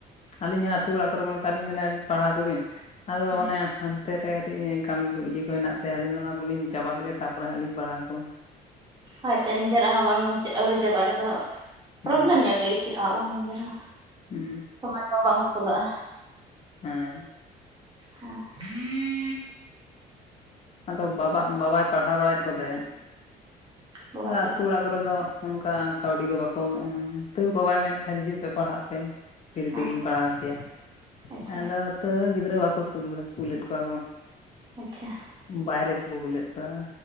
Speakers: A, on the left (about 40°); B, on the right (about 25°).
A: ᱟᱹᱞᱤᱧ ᱦᱚᱸ ᱟᱹᱛᱩ ᱚᱲᱟᱜ ᱠᱚᱨᱮ ᱠᱚ ᱢᱮᱛᱟᱞᱤᱧ ᱠᱟᱱᱟ ᱯᱟᱲᱦᱟᱣ ᱠᱚᱵᱤᱱ ᱟᱫᱚ
B: ᱟᱪᱪᱷᱟ
A: ᱚᱱᱮ ᱦᱟᱱ ᱛᱮᱨᱮ ᱠᱟᱴᱤᱡ ᱠᱟᱢᱤ ᱠᱳ ᱤᱭᱟᱹᱠᱩ ᱦᱮᱱᱟᱜ ᱛᱮ ᱟᱫᱚ ᱚᱱᱟ ᱠᱚᱞᱤᱧ ᱪᱟᱵᱟ ᱞᱮᱜᱮ ᱛᱟᱯᱚᱨᱮ ᱦᱟᱸᱜ ᱞᱤᱧ ᱯᱟᱲᱦᱟᱣ ᱠᱚᱣᱟ
B: ᱦᱳᱭᱛᱚ ᱱᱤᱡᱮᱨᱟᱜ ᱦᱚ ᱵᱟᱝ ᱟᱹᱣᱨᱤ ᱪᱟᱵᱟᱜ ᱨᱮᱫᱚ
A: ᱦᱩᱸ
B: ᱯᱨᱚᱵᱞᱮᱢ ᱧᱚᱜ ᱜᱮ ᱪᱮᱫᱟᱜ ᱵᱟᱝ ᱞᱮᱡᱮᱨᱟ
A: ᱦᱩ
B: ᱥᱚᱢᱚᱭ ᱠᱚ ᱵᱟᱝ ᱠᱩᱞᱟᱹᱜᱼᱟ
A: ᱦᱮᱸ
B: ᱦᱮᱸ
A: ᱟᱫᱚ ᱵᱟᱵᱟ ᱵᱟᱵᱟᱭ ᱯᱟᱲᱦᱟᱣ ᱵᱟᱲᱟᱭᱮᱫ ᱠᱚ ᱛᱟᱦᱮᱫ
B: ᱢᱳᱵᱟᱭᱤᱞ
A: ᱟᱫᱚ
B: ᱵᱟᱠᱷᱨᱟ
A: ᱟᱛᱩ ᱚᱲᱟᱜ ᱠᱚᱨᱮ ᱫᱚ ᱚᱱᱠᱟ ᱠᱟᱹᱣᱰᱤ ᱠᱚ ᱵᱟᱠᱚ ᱮᱢᱚᱜᱼᱟ ᱛᱟᱹᱣ ᱵᱟᱵᱟᱭ ᱢᱮᱱᱮᱫ ᱛᱟᱦᱮᱸᱱ ᱦᱤᱡᱩᱜ ᱯᱮ ᱯᱟᱲᱦᱟᱜ ᱛᱮ ᱯᱤᱨᱤ
B: ᱦᱮᱸ
A: ᱛᱮᱜᱮᱧ ᱯᱟᱲᱦᱟᱣ ᱯᱮᱭᱟ
B: ᱟᱪᱪᱷᱟ
A: ᱟᱫᱚ ᱛᱟᱹᱣ ᱜᱤᱫᱽᱨᱟᱹ ᱵᱟᱠᱚ ᱠᱩᱢ ᱠᱩᱞᱮᱫ ᱠᱚᱣᱟ ᱠᱚ
B: ᱟᱪᱪᱷᱟ
A: ᱵᱟᱭᱨᱮ ᱠᱩ ᱠᱩᱞᱮᱫ ᱠᱚᱣᱟ